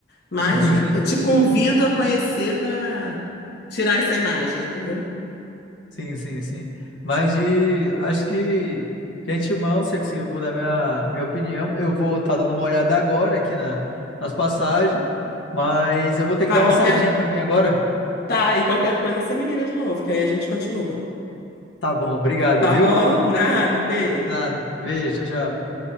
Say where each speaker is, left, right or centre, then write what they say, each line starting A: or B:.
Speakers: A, on the left (about 60°); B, on the left (about 80°).
A: Mas
B: <laughs>
A: eu te convido a conhecer para tirar essa imagem, entendeu?
B: Sim, sim, sim. Mas de. Acho que. Gente, mão, se eu conseguir mudar minha, minha opinião, eu vou estar dando uma olhada agora aqui na, nas passagens. Mas eu vou ter que
A: Ah,
B: dar uma
A: qualquer.
B: saidinha também agora.
A: Tá, e qualquer coisa você me liga de novo, que aí a gente continua.
B: Tá bom, obrigado,
A: Tá
B: viu?
A: bom? Nada, um beijo.
B: Nada. Beijo, tchau, tchau.